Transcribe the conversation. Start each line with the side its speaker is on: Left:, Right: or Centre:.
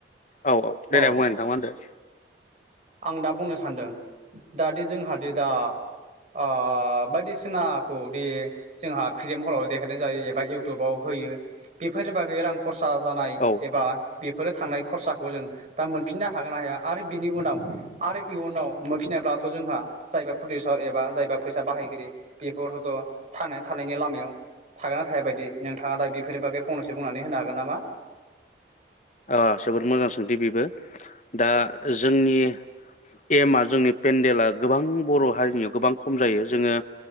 Left: औ औ
Right: अ
Left: देनाय बुंनाय नोंथां मा होनदों?
Right: आं दा बुंनो सानदों दा दि जोंहादि दा ओ बायदिसिनाखौ दि जोंहा फिल्म हलाव देखायनाय जायो एबा इउटुबाव होयो बेफोरनि बागै रांखौ खरसा जानाय
Left: औ
Right: एबा फोरो थांनाय खरसाखौ जों दा मोनफिननो हागोन ना हाया आरो बिनि उनाव आरो इयुनाव मोनफिनायब्लाथ' जोंहा जायबा प्रदिउसार एबा जायबा फैसा बाहायगिरि बेफोरथ' थांनानै थानायनि लामायाव थागोना थाया बायदि नोंथाङा दा बेफोरनि बागै फंनैसो बुंनानै होनो हागोन नामा?
Left: ओ जोबोद मोजां सोंथि बेबो दा जोंनि एमआ जोंनि पेन्देला गोबां बर' हारिनियाव गोबां खम जायो जोङो